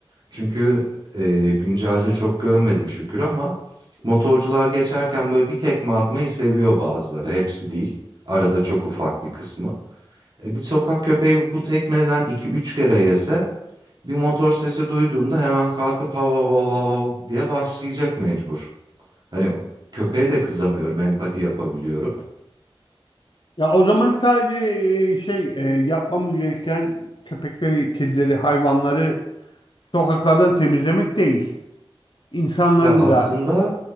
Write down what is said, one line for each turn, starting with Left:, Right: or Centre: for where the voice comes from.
Right: Çünkü e, güncelde çok görmedim şükür ama motorcular geçerken böyle bir tekme atmayı seviyor bazıları. Hepsi değil. Arada çok ufak bir kısmı. E, bir sokak köpeği bu tekmeden iki üç kere yese bir motor sesi duyduğunda hemen kalkıp hav hav hav hav hav diye başlayacak mecbur. Hani köpeğe de kızamıyorum, empati yapabiliyorum.
Left: Ya o zaman sadece e, şey e, yapmamız gereken köpekleri, kedileri, hayvanları sokaklardan temizlemek değil. İnsanların
Right: Ya aslında
Left: da